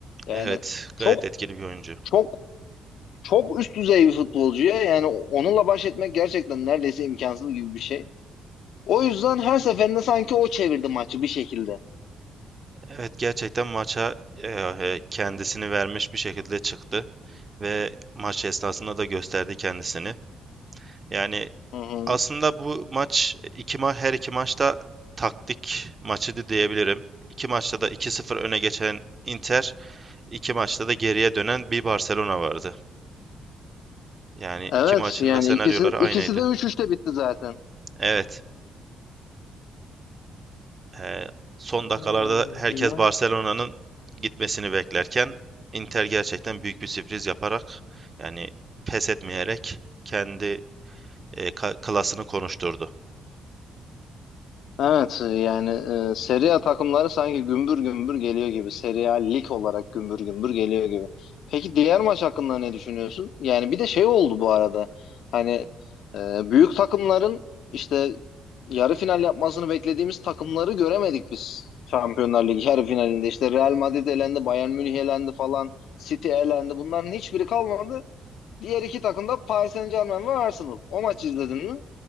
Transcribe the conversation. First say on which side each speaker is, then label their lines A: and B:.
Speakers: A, on the left; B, on the right.
A: Yani
B: Evet, gayet
A: çok
B: etkili bir oyuncu.
A: çok çok üst düzey bir futbolcu ya. Yani onunla baş etmek gerçekten neredeyse imkansız gibi bir şey. O yüzden her seferinde sanki o çevirdi maçı bir şekilde.
B: Evet, gerçekten maça eee, kendisini vermiş bir şekilde çıktı ve maç esnasında da gösterdi kendisini. Yani
A: Hı hı.
B: Aslında bu maç e, iki ma her iki maçta taktik maçıydı diyebilirim. İki maçta da iki sıfır öne geçen Inter, iki maçta da geriye dönen bir Barcelona vardı. Yani iki
A: Evet
B: maçın
A: yani
B: da senaryoları
A: ikisi ikisi
B: aynıydı.
A: de üç üçte bitti zaten.
B: Evet, eee, son dakikalarda
A: Ay,
B: herkes
A: ya.
B: Barcelona'nın gitmesini beklerken Inter gerçekten büyük bir sürpriz yaparak yani pes etmeyerek kendi eee, ka- klasını konuşturdu.
A: Evet yani e, Serie A takımları sanki gümbür gümbür geliyor gibi. Serie A lig olarak gümbür gümbür geliyor gibi. Peki diğer maç hakkında ne düşünüyorsun? Yani bir de şey oldu bu arada. Hani e, büyük takımların işte yarı final yapmasını beklediğimiz takımları göremedik biz. Şampiyonlar Ligi yarı finalinde işte Real Madrid elendi, Bayern Münih elendi falan, City elendi. Bunların hiçbiri kalmadı. Diğer iki takım da Paris Saint-Germain ve Arsenal. O maçı izledin mi?